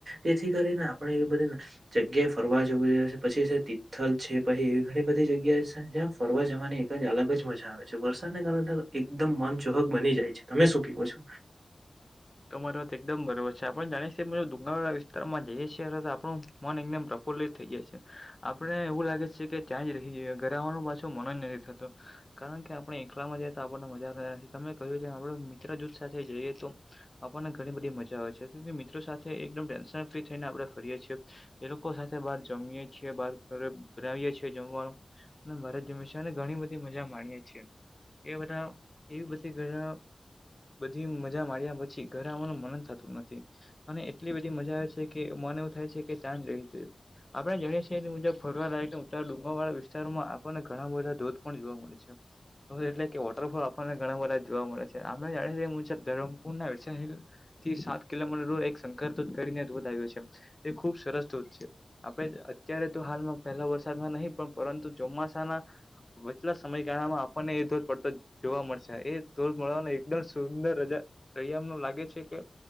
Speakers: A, on the right; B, on the left.
A: તેથી કરીને આપણે એવી બધી જગ્યાએ ફરવા જવું જોઈએ પછી તિથલ છે પછી એવી ઘણી બધી જગ્યા છે. જ્યાં ફરવા જવાની એક જ અલગ જ મજા આવે છે વરસાદને કારણે એકદમ મન ચોહક બની જાય છે. તમે શું કેવો છો?
B: તમારી વાત એકદમ બરોબર છે, આપને જાણીશ ડુંગવાળા વિસ્તારમાં શહેર હતા આપણું. મન એકદમ પ્રફુલ્લિત થઈ જાય છે આપડે એવું લાગે છે કે ત્યાં જ રહી જઈએ ઘરે આવવાનું પાછું મન નથી તો કારણ કે આપણે એકલામાં જઈએ તો આપણને મજા તમે કહ્યું છે, આપડ મિત્ર જૂથ સાથે જઈએ તો આપણને ઘણી બધી મજા આવે છે મિત્રો સાથે એકદમ ટેન્શન ફ્રી થઈને આપડે ફરીએ છીએ. એ લોકો સાથે બહાર જમીએ છીએ બાર ઘ બનાવીએ છીએ જમવાનું. અને મારેજ હમેશાને ઘણી બધી મજા માણીએે છીએ. એ બધા એવી બધી ઘ બધી મજા માડ પછી ઘરે આવવાનું મન જ થતું નથી. અને એટલી બધી મજા આવે છે, કે મન એવું થાય છે કે ત્યાં જ રહી જો આપણે જાણીએ છીએ એ મુજબ ફરવા લાય ઉત ડુંગરવાળા વિસ્તારમાં આપણને ઘણા બધા ધોધ પણ જોવા મળે છે. એટલે કે વોટરફોલ આપણને ઘણા બધા જોવા મળે છે, આપણે જાણીએ મુજબ ધરમ પુ થી સાત કિલોમીટર દ એક સંક કરીને ધોધ આવ્યો છે. એ ખુબ સરસ ધોધ છે. આપે અત્યારે તો હાલમાં પહેલા વરસાદમાં નહી પણ પરંતુ ચોમાસાના વચલા સમયગાળામાં આપણને એ ધોધ પડતો જોવા મળશે. એ ધોધ મળવાની એકદમ સુંદર રજા રળિયામણું લાગે છે, કે